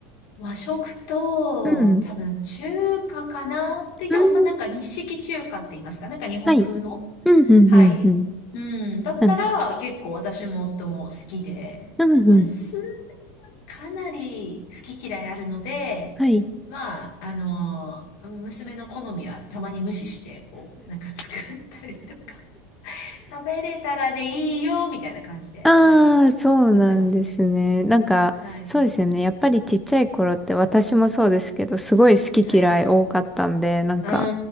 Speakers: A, on the left; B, in the centre.
A: ー、和食と、
B: うん。
A: 多分中華かなって言っても、
B: うん。
A: まあ、なんか日式中華って言いますか、なんか日本風の。
B: はい。うんうんうんうん。
A: はい。うん。だったら、
B: うん。
A: 結構私も夫も好きで、
B: うんうん。
A: 娘かなり好き嫌いあるので、
B: はい。
A: まあ、あの、娘の好みはたまに無視して、こう、なんか作ったりとか、<laughs> 食べれたらでいいよ、みたいな感じで、
B: ああ、
A: はい、
B: そうなんですね。
A: 作ってますね。
B: なんか、
A: はい、
B: そうですよね。やっぱりちっちゃい頃って私もそうですけど、すごい好き嫌い多かったんで、
A: はい。
B: なんか、
A: あ